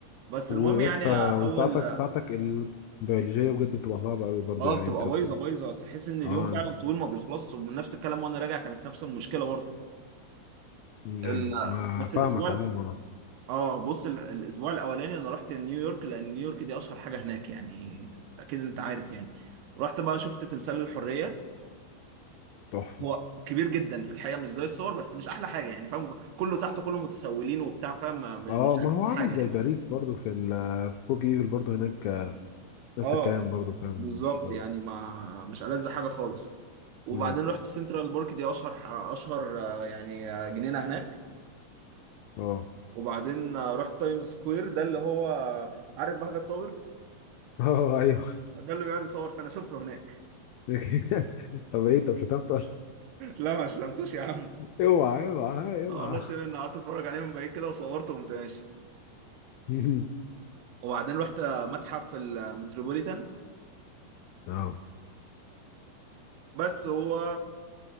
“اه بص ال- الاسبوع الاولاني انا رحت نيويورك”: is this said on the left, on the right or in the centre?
Right